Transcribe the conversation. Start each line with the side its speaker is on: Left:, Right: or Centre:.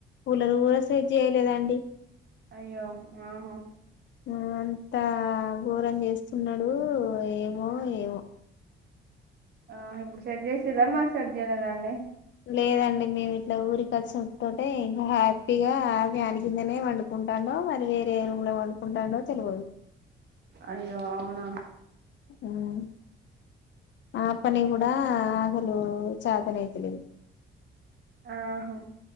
Left: కూలర్ కూడా సెట్చేయలేదండి
Right: అయ్యో ఆహో
Left: ఆ అంతా ఘోరం చేస్తున్నాడు ఏమో ఏమో
Right: ఆ ఇప్పుడు సెట్ చేసిరా మరి సెట్ చేయలేదా అండి
Left: లేదండి మేము ఇట్లా ఊరికచ్చుడ్ తోటే ఇంకా హ్యాపీగా ఫ్యాన్ కిందనే పండుకుంటాండో మరి వేరే రూమ్ లో పండుకుంటాండో తెలవదు
Right: అయ్యో అవునా
Left: హ్మ్ ఆ పని కూడ అసలు చాతనైతలేదు
Right: ఆహా